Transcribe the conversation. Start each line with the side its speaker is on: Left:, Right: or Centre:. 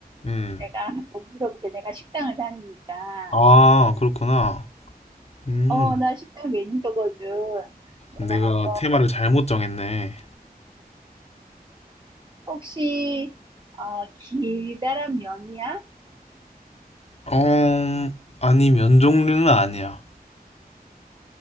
Left: 음,
Right: 내가 한번 물어볼게. 내가 식당을 다니니까.
Left: 아, 그렇구나. 음,
Right: 어, 나 식당 매니저거든. 내가
Left: 내가
Right: 한번
Left: 테마를 잘못 정했네.
Right: 혹시 어, 길다란 면이야?
Left: 어, 아니 면 종류는 아니야.